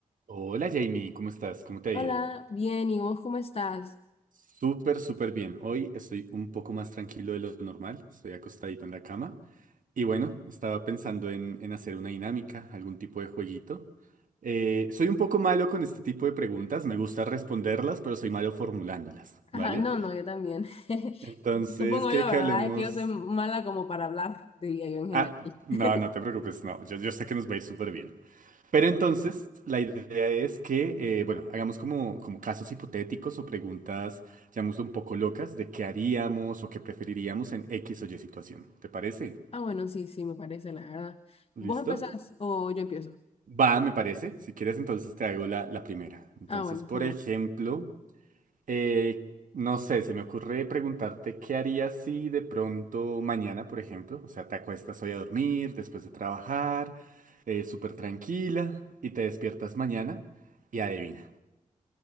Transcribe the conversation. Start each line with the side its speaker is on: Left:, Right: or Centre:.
Right: Hola Jamie, ¿cómo estás? ¿Cómo te ha
Left: Hola,
Right: ido?
Left: bien, ¿y vos cómo estás?
Right: Súper, súper bien. Hoy estoy un poco más tranquilo de lo normal. Estoy acostadito en la cama. Y bueno, estaba pensando en, en hacer una dinámica, algún tipo de jueguito. Eh, soy un poco malo con este tipo de preguntas. Me gusta responderlas, pero soy malo formulándolas,
Left: <laughs>
Right: ¿vale?
Left: Ajá, no, no, yo también. <laughs>
Right: Entonces,
Left: Supongo
Right: quiero
Left: yo,
Right: que
Left: ¿verdad?
Right: hablemos...
Left: Es que yo soy mala como para hablar, diría yo en general.
Right: Ah, no,
Left: <laughs>
Right: no te preocupes, no. Yo, yo sé que nos va a ir súper bien. Pero entonces la idea es que, eh, bueno, hagamos como, como casos hipotéticos o preguntas, digamos, un poco locas de qué haríamos o qué preferiríamos en X o Y situación. ¿Te parece?
Left: Ah, bueno, sí, sí, me parece, la verdad.
Right: ¿Listo?
Left: ¿Vos empezás o yo empiezo?
Right: Va, me parece. Si quieres, entonces te hago la, la primera. Entonces,
Left: Ah, bueno,
Right: por
Left: está bien.
Right: ejemplo, eh, no sé, se me ocurre preguntarte qué harías si de pronto mañana, por ejemplo, o sea, te acuestas hoy a dormir después de trabajar, eh, súper tranquila, y te despiertas mañana y adivina.